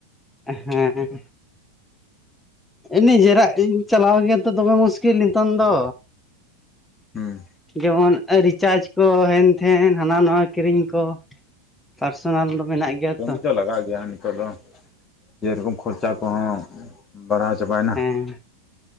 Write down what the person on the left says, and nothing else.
ᱦᱩᱸ᱾
ᱠᱟᱹᱢᱤ
ᱫᱚ ᱞᱟᱜᱟᱜ ᱜᱮᱭᱟ ᱱᱤᱛᱚᱜ ᱫᱚ ᱡᱮᱨᱚᱠᱚᱢ ᱠᱷᱚᱨᱪᱟ ᱠᱚᱦᱚᱸ ᱵᱟᱲᱦᱟᱣ ᱪᱟᱵᱟᱭᱱᱟ᱾